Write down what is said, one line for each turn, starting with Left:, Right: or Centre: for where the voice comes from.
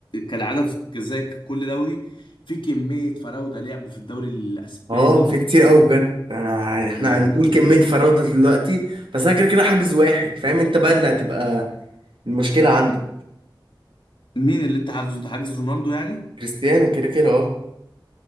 Left: كالعاده في زي كل دوري في كميه فراوده لعبوا في الدوري الاسباني
Right: اه في كتير قوي بجد انا احنا
Left: يعني
Right: هنقول كمية فراوده دلوقتي بس انا كده كده حاجز واحد فاهم انت بقى اللي هتبقى المشكلة عندك
Left: مين اللي انت حاجزه انت حاجز رونالدو يعني
Right: كريستيانو كده كده اه